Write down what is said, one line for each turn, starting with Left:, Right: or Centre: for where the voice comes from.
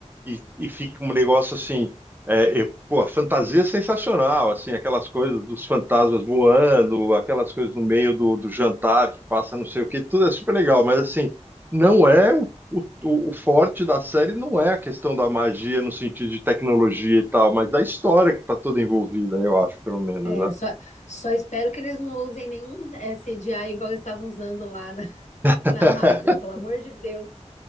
Right: e, e fica um negócio assim, é, eu- pô, a fantasia é sensacional, assim, aquelas coisas dos fantasmas voando, aquelas coisas no meio do, do jantar que passa não sei o que, tudo é super legal, mas assim, não é o, o, o forte da série não é a questão da magia no sentido de tecnologia e tal, mas da história que está toda envolvida, eu acho, pelo menos,
Left: é,
Right: né?
Left: só, só espero que eles não usem nenhum é, CGI igual eles estavam usando lá na,
Right: <laughs>
Left: na Marvel, pelo amor de Deus,